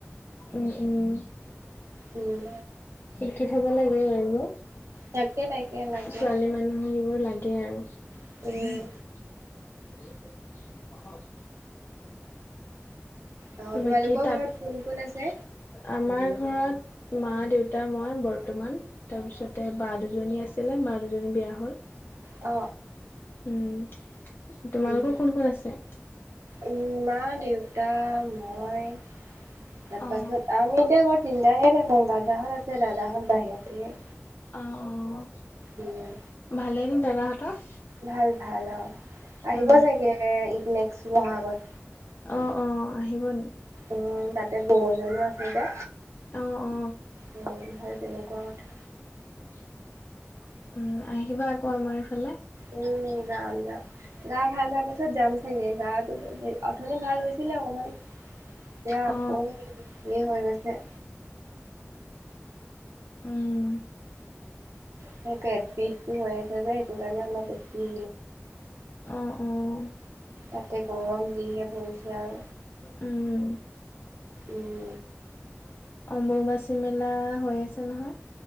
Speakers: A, on the left; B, on the right.
A: উম উম।
B: উম।
A: শিকি থব লাগে আৰু,
B: তাকে তাকে লাগে
A: ছোৱালী মানুহক এইবোৰ লাগে আৰু।
B: উম
A: <unintelligible>
B: অ তোমালোকৰ
A: বাকী তাত।
B: ঘৰত কোন কোন আছে
A: আমাৰ ঘৰত মা, দেউতা, মই বৰ্তমান। তাৰপিছতে বা দুজনী আছিলে বা দুজনী বিয়া হল।
B: অ।
A: উম' তোমালোকৰ
B: উম
A: কোন কোন আছে?
B: উম' মা দেউ তা মই তাৰপাছত
A: অ
B: আমি তিনিটাহে থাকো, দাদাহঁত আছে, দাদাহঁত বাহিৰত থাকে।
A: অ', অ'।
B: উম।
A: ভালে নে দাদাহঁতৰ?
B: ভাল ভাল অ', আহিব
A: অ
B: চাগে ই নেক্স ব'হাগত।
A: অ', অ', আহিব নি?
B: উম, তাতে বৌ জনিও আছে যে,
A: অ অ
B: উম' সেই তেনেকুৱা কথা।
A: উম, আহিবা আকৌ আমাৰ এইফালে।
B: উম, যাম যাম, গা ভাল হোৱাৰ পাছত যাম চাগে, গাটো অথনি ভাল হৈ ছিলে অকমান, এতিয়া আকৌ
A: অ
B: একেই হৈ গৈছে।
A: উম।
B: সেই পেট বিষটো হৈ আছে যে সেইটো কাৰণে, অলপ বেছি
A: অ', অ'।
B: তাতে গৰম যিহে পৰিছে আৰু।
A: উম।
B: উম।
A: অম্বুবাচি মেলা হৈ আছে নহয়।